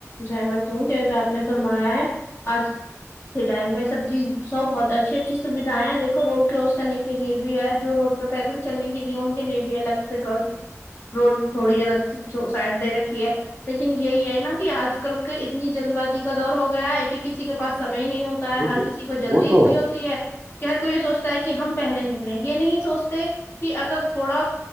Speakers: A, on the left (about 45°); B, on the right (about 40°).
A: سہمت ہوں جیسے آپ نے فرمایا ہے آج اس ٹائم میں سب چیز سب بہت اچھی اچھی سھ جائ ہیں دیکھو روڈ کراس کرنے کے لیے بھی ہے جو روڈ پہ پیدل چلنے کے لیے ان کے لیے بھی ہے الگ سے کرس روڈ تھوڑی الگ سائڈ دے رکھی ہے لیکن یہی ہے نا کہ آج کل کے اتنی جلد بازی کا دور ہو گیا ہے ایک ایک کسی کے پس سمئے ہی نہیں ہوتا ہے
B: وہ
A: ہر
B: تو
A: کسی کو جلدی
B: وہ تو
A: اتنی ہوتی ہے کہ ہر کو یہ سوچتا ہے کہ ہم پہلے نکلیں یہ نہیں سوچتے کہ اگر تھوڑا